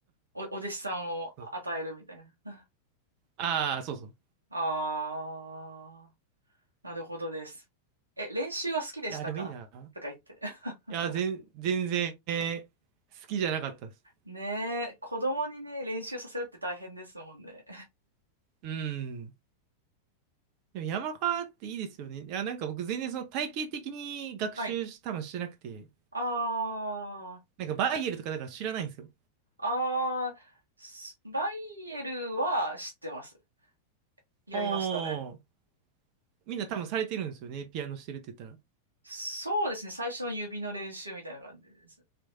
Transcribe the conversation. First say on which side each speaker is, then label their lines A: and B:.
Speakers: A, on the right (about 80°); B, on the right (about 40°).
A: お、お弟子さんを与えるみたいな。
B: そうああ、そうそう。
A: ああ、なるほどです。え、練習は好きでしたかとか言って。
B: いや、でもいいな。
A: <laughs>
B: いや、全、全然、えー好きじゃなかったです。
A: ねえ、子供にね、練習させるって大変ですもんね。
B: うん。でも山科っていいですよね。いや、なんか僕全然その体系的に学習し、
A: はい。
B: 多分してなくて、
A: あ
B: なんかバイエルとかだから知らないんですよ。
A: あ、ああ、スバイエルは知ってます。やりましたね。
B: ああ、みんな多分されてるんですよね。ピアノしてるって言ったら。
A: そうですね、最初の指の練習みたいな感じです。